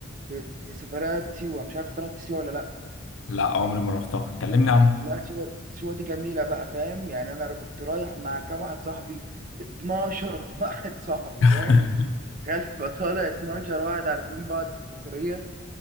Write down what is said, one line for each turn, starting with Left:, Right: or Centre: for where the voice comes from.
Right: في سفرات سيوه مش عارف انت رحت سيوه ولا لا
Left: لا عمري ما رحتها كلمني عنها
Right: لا سيوه سيوه دي جميله بقى فاهم يعني انا كنت رايح مع كام واحد صاحبي 12 <laughs> واحد صاحبي
Left: <laughs>
Right: فاهم تخيل تبقى طالع 12 واحد عارفين بعض في السفريه